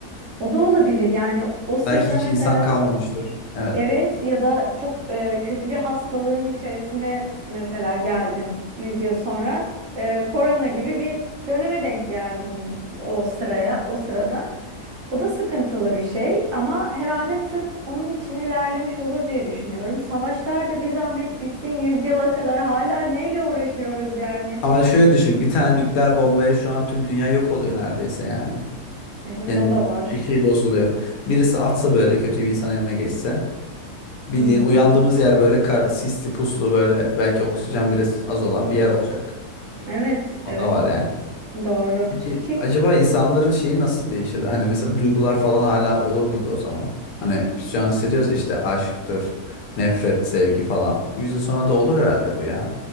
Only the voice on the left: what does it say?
Belki hiç
insan kalmamıştır. Evet.
Ama şöyle düşün, bir tane nükleer bombaya şu an tüm dünya yok oluyor neredeyse yani.
Yani
bir şey bozuluyor. Birisi atsa böyle kötü bir insan eline geçse, bildiğin
uyandığımız yer böyle kar, sisli puslu böyle belki oksijen bile az olan bir yer olacak.
O
da var yani.
Peki
acaba insanların şeyi nasıl değişirdi? Hani mesela duygular falan hala olur muydu o zaman? Hani biz şu an hissediyoruz ya işte aşktır, nefret, sevgi falan. Yüz yıl sonra da olur herhalde bu ya.